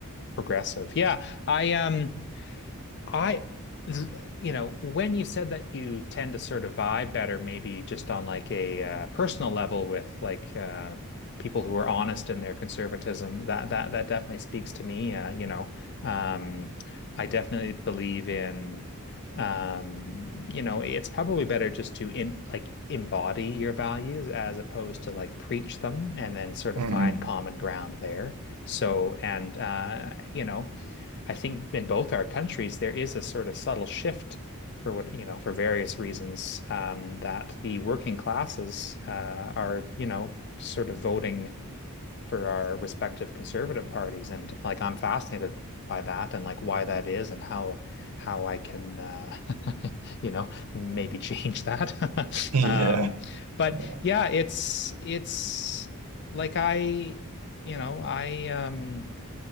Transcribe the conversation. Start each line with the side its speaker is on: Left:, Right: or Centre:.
Left: progressive. Yeah, I um. I, you know, when you said that you tend to sort of vibe better, maybe just on like a uh, personal level with like uh, people who are honest in their conservatism, that that that definitely speaks to me. Uh, you know, um, I definitely believe in, um, you know, it's probably better just to in like embody your values as opposed to like preach them and then sort
Right: hmm
Left: of find common ground there. So, and uh, you know. I think in both our countries, there is a sort of subtle shift for what, you know, for various reasons, um, that the working classes uh, are, you know, sort of voting for our respective conservative parties. And like, I'm fascinated by that and like why that is and how how I can uh, <laughs> you know, maybe change that.
Right: <laughs> Yeah.
Left: <laughs> Um, but
Right: Yeah.
Left: yeah, it's it's like I, you know, I um